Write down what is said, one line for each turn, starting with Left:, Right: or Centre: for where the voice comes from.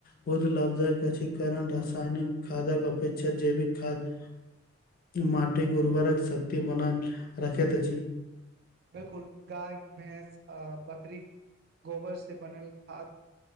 Left: बहुत लाभदायक अछि, कारण रसायनिक खादक अपेक्षा जैविक खाद्य- माटिक उर्वरक शक्ति बना के राखैत अछि।
Right: 'बिलकुल' गाय, भैंस, आ बकरी के गोबर से बनल खाद-